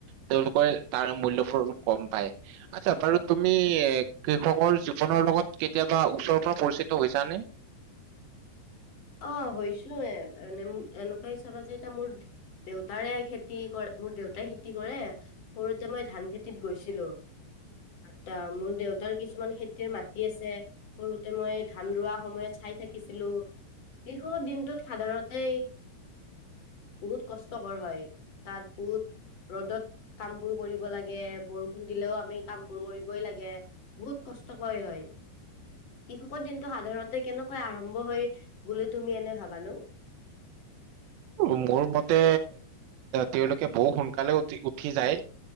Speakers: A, on the right (about 80°); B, on the left (about 45°).
A: তেওঁলোকে তাৰ মূল্যবোৰ অলপ কম পায় আচ্ছা বাৰু তুমি কৃষকৰ জীৱনৰ লগত কেতিয়াবা ওচৰৰ পৰা পৰিচিত হৈছানে?
B: অ', হৈছোয়ে মানে এনেকুৱা হিচাপ আছে এতিয়া মোৰ দেউতাৰে খেতি কৰে মোৰ দেউতাই খেতি কৰে সৰুতে মই ধান খেতিত গৈছিলো ত মোৰ দেউতাৰ কিছুমান খেতিৰ মাটি আছে সৰুতে মই ধান ৰোৱা সময়ত চাই থাকিছিলো। কৃষকৰ দিনটোত সাধাৰতে বহুত কষ্টকৰ হয় তাত বহুত ৰ'দত কাম বোৰ কৰিব লাগে বৰষুণ দিলেও আমি কাম বোৰ কৰিবই লাগে বহুত কষ্টকৰ হয় কৃষকৰ দিনটো সাধাৰণতে কেনেকৈ আৰম্ভ হয় বুলি তুমি এনে ভাৱ নো?
A: মোৰ মতে তেওঁলোকে বহু সোনকালে উঠি যায়